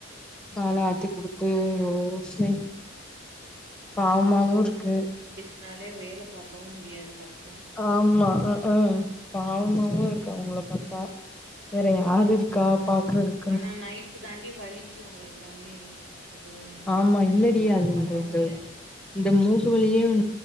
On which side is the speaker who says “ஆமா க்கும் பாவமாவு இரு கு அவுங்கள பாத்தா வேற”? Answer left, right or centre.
Centre